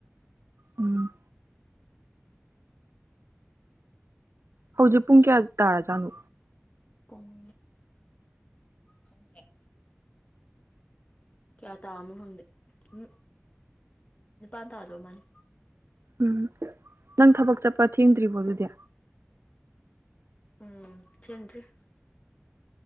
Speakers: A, on the right (about 65°); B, on the left (about 30°).
A: ꯎꯝ ꯍꯧꯖꯤꯛ ꯄꯨꯡ ꯀꯌꯥ ꯇꯥꯔꯖꯥꯠꯅꯣ
B: ꯄꯨꯡ ꯍ <unintelligible> ꯀꯌꯥ ꯇꯥꯃꯣ ꯈꯪꯗꯦ ꯎꯝ ꯅꯤꯄꯥꯥꯟ ꯇꯥꯗꯧ ꯃꯥꯅꯤ
A: ꯎꯝ ꯅꯪ ꯊꯕꯛ ꯆꯠꯄ ꯊꯦꯡꯗ꯭ꯔꯤꯕꯣ ꯑꯗꯨꯗꯤ
B: ꯎꯝ ꯊꯟꯔꯤ <inaudible>